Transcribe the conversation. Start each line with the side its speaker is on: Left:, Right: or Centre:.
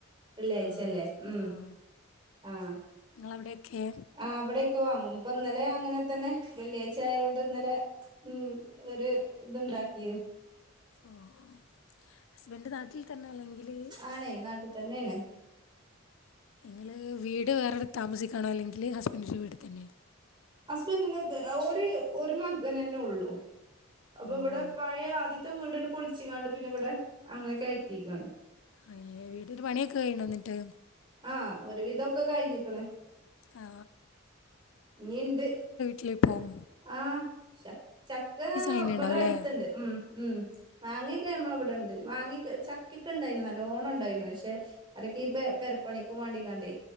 Right: വെള്ളിയാഴ്ചല്ലേ
Left: ആഹ്
Right: ഉം
Left: ആഹ്
Right: ആഹ്
Left: ഇങ്ങളെ അവിടെക്കെ
Right: ആഹ് ഇവിടെയക്കെ വാങ്ങും ഇപ്പൊ ഇന്നലെ അങ്ങനെ തന്നെ വെള്ളിയാഴ്ച ആയൊണ്ട് ഇന്നലെ ഉം ഒരു ഇത് ഇണ്ടാക്കിണ്
Left: ഓഹ് ഹസ്ബൻഡ് നാട്ടിൽ തന്നെ അല്ലെങ്കില്
Right: ആണ് നാട്ടി തന്നെയാണ്
Left: നിങ്ങള് വീട് വേറൊരു താമസിക്കാണോ അല്ലെങ്കില് ഹസ്ബെന്റിന്റെ വീട്ടി തന്നെയോ
Right: ഹസ്ബെന്റിന് ഒരു ഒരു മകനെന്നെ ഒള്ളൂ അപ്പൊ
Left: ഓഹ്
Right: ഇവിടെ പഴയ ആദ്യ ത്തെ വീട്ണ്ട് പൊളിച്ചങ്ങാണ്ട് പിന്നെ ഇവിടെ അങ്ങനെ കയറ്റിക്കാണ്
Left: അയ്യ വീട്ടിന്റെ പണിയൊക്കെ കഴിണെ ഇന്നട്ട്
Right: ആഹ് ഒരുവിധോക്കെ കഴിഞ്ഞിക്ക്ണ്
Left: ആ
Right: ഇഞ് ഇണ്ട്
Left: ക്ലിപ്പോം
Right: ആഹ് ചക്ക
Left: കഴിഞ്ഞിണ്ടാവുംല്ലേ
Right: ഇബടെ അട്ത്ത് ഇണ്ട് ഉം ഉം മാങ്ങയൊക്കെ നമ്മളെ ഇവിടെ ഇണ്ട് മാങ്ങ ചക്കൊക്കെ ഉണ്ടായിന് നല്ലോണം ഉണ്ടായിനു പക്ഷേ അതക്കെ ഈ പെ പെരപ്പണിക്കുവാണ്ടികാണ്ട്